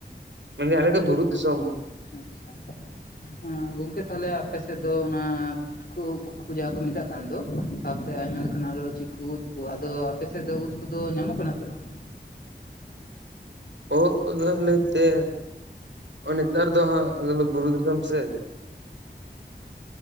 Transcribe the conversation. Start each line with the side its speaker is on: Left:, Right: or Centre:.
Right: ᱢᱮᱱᱫᱟᱹᱧ ᱟᱞᱮ ᱫᱚ ᱵᱩᱨᱩ ᱫᱤᱥᱚᱢ᱾
Left: <unintelligible> ᱜᱚᱝᱠᱮ ᱛᱟᱦᱞᱮ ᱟᱯᱮᱥᱮᱫ ᱫᱚ ᱚᱱᱟ <unintelligible> ᱡᱟᱦᱟᱸᱠᱚ ᱢᱮᱛᱟᱜ ᱠᱟᱱ ᱫᱚ, ᱥᱟᱶᱛᱮ ᱟᱭᱢᱟ ᱞᱮᱠᱟᱱ ᱟᱨᱚ ᱪᱮᱫ ᱠᱚ ᱩᱫᱽ ᱟᱫᱚ ᱟᱯᱮᱥᱮᱫ ᱫᱚ ᱩᱫᱽ ᱠᱚᱫᱚ ᱧᱟᱢᱚᱜ ᱠᱟᱱᱟ ᱥᱮ ᱵᱟᱝ?
Right: ᱵᱚᱦᱚᱜ ᱠᱚᱫᱚ ᱦᱟᱸᱜ ᱞᱟᱹᱭᱛᱮ ᱱᱮᱛᱟᱨ ᱫᱚ ᱦᱟᱸᱜ ᱟᱞᱮ ᱫᱚ ᱵᱩᱨᱩ ᱫᱤᱥᱚᱢ ᱥᱮ᱾